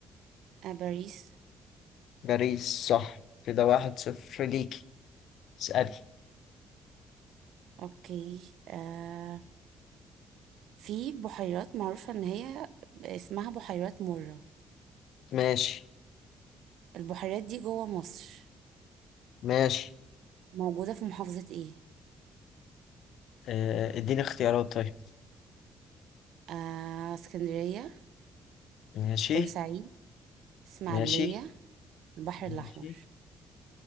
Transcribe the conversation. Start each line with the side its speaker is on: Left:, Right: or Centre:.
Right: آه باريس
Left: باريس صح كده واحد صفر ليكي اسألي
Right: اوكي آه في بحيرات معروفة ان هي اسمها بحيرات مرة
Left: ماشي
Right: البحيرات دي جوه مصر
Left: ماشي
Right: موجودة في محافظة ايه
Left: آه، اديني اختيارات طيب
Right: آه اسكندرية
Left: ماشي
Right: بورسعيد اسماعيلية
Left: ماشي
Right: البحر
Left: ماشي
Right: الأحمر